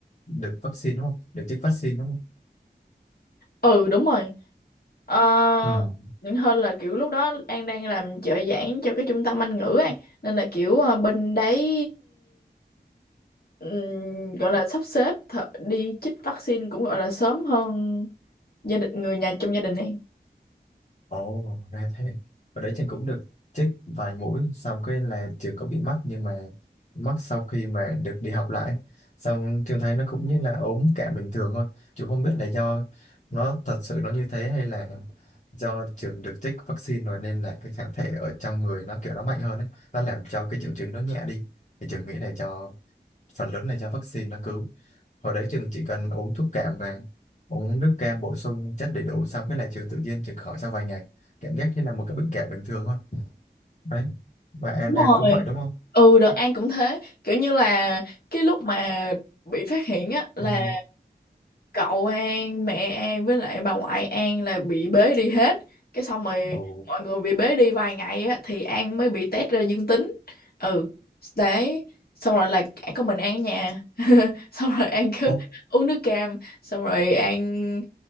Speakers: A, on the left (about 45°); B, on the left (about 65°).
A: được vaccine đúng không? Được chích vaccine đúng không?
B: ừ đúng rồi ờ,
A: Ừ.
B: hơn là kiểu lúc đó An đang làm trợ giảng cho cái trung tâm Anh ngữ ấy nên là kiểu ờ, bên đấy ừm, gọi là sắp xếp th- đi chích vaccine cũng gọi là sớm hơn gia đình người nhà trong gia đình An
A: Ồ, ra thế. Hồi đấy trường cũng được chích vài mũi xong cái là trường có bị mắc nhưng mà mắc sau khi mà được đi học lại. Xong trường thấy nó cũng như là ốm cảm bình thường thôi. trường không biết là do nó thật sự nó như thế hay là do trường được chích vaccine rồi nên là cái kháng thể ở trong người nó kiểu nó mạnh hơn ấy. Nó làm cho cái triệu chứng nó nhẹ đi. Thì trường nghĩ là do phần lớn là do vaccine nó cứu hồi đấy trường chỉ cần uống thuốc cảm và uống nước cam bổ sung chất đầy đủ xong cái là trường tự nhiên trường khỏi sau vài ngày cảm giác như là một cái bệnh cảm bình thường thôi đấy và An
B: Đúng
A: An
B: rồi.
A: cũng vậy đúng không
B: ừ đợt An cũng thế kiểu như là cái lúc mà bị phát hiện á là
A: <laughs>
B: cậu An mẹ An với lại bà ngoại An là bị bế đi hết cái xong rồi
A: ồ
B: mọi người bị bế đi vài ngày á thì An mới bị test ra dương tính ừ đấy xong rồi là có mình An ở nhà <laughs> xong rồi An cứ
A: ồ ố,
B: uống nước cam xong rồi An